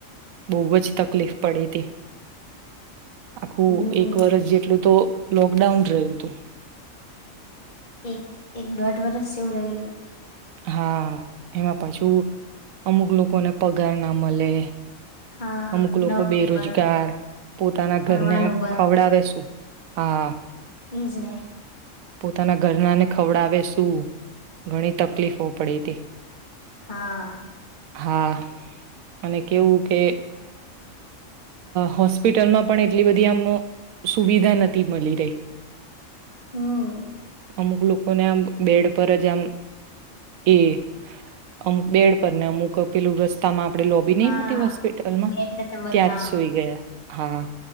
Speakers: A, on the right; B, on the left.
A: બોવજ તકલીફ પડી તી આખું
B: હમ
A: એક વર્ષ જેટલું તો લોકડાઉન રહ્યું હતું
B: એક, એક દોઢ વરષ જેવું રહ્યું હતું
A: હા, એમાં પાછું અમુક લોકોને પગાર ના મલે
B: હા
A: અમુક લોકો
B: નોકરી
A: બેરોજગાર,
B: બંધ
A: પોતાના
B: ભણવાનું
A: ઘરને ખવડાવે શું હા
B: એઈજ ને
A: પોતાના ઘરનાને ખવડાવે શું ઘણી તકલીફો પડી તી
B: હા
A: હા, અને કેવું કે હોસ્પિટલમાં પણ એટલી બધી આમ સુવિધા નથી મલી રહી
B: હમ
A: અમુક લોકોને આમ બેડ પર જ આમ, એ અમુક બેડ પરને અમુક પેલું રસ્તામાં આપણેે લોબી નહી
B: હા
A: હોતી હોસ્પિટલમાં
B: બેડ નતા મળતા
A: ટસોઈ ગયા. હા